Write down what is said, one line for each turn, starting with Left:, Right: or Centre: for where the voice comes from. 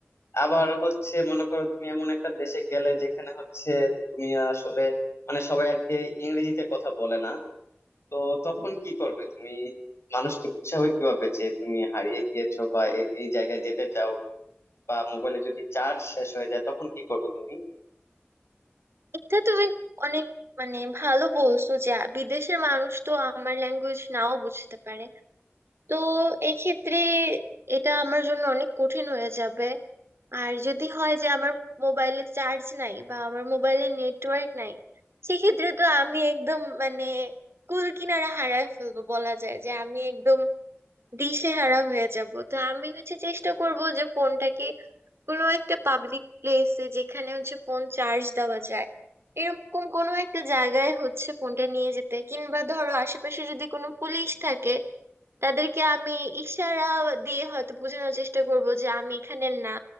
Left: আবার হচ্ছে মনে করো তুমি এমন একটা দেশে গেলে যেখানে হচ্ছে তুমি আসলে মানে সবাই আর কি ইংরেজিতে কথা বলে না তো তখন কি করবে তুমি মানুষকে বুঝাবে কিভাবে যে তুমি হারিয়ে গিয়েছো বা এ- এই জায়গায় যেতে চাও বা মোবাইলে যদি চার্জ শেষ হয়ে যায় তখন কি করবে তুমি
Right: এটা তুমি অনেক মানে ভালো বলছো যে আ- বিদেশের মানুষ তো আমার ল্যাঙ্গুয়েজ নাও বুঝতে পারে তো এই ক্ষেত্রে এটা আমার জন্য অনেক কঠিন হয়ে যাবে আর যদি হয় যে আমার মোবাইলে চার্জ নাই বা আমার মোবাইলে নেটওয়ার্ক নাই সেক্ষেত্রে তো আমি একদম মানে কুল কিনারা হারায় ফেলবো বলা যায় যে আমি একদম দিশেহারা হয়ে যাব তো আমি হচ্ছে চেষ্টা করব যে ফোনটাকে কোনো একটা পাবলিক প্লেসে যেখানে হচ্ছে ফোন চার্জ দেওয়া যায় এরকম কোনো একটা জায়গায় হচ্ছে ফোনটা নিয়ে যেতে কিংবা ধরো আশেপাশে যদি কোনো পুলিশ থাকে তাদেরকে আমি ইশারা দিয়ে হয়তো বোঝানোর চেষ্টা করব যে আমি এখানে না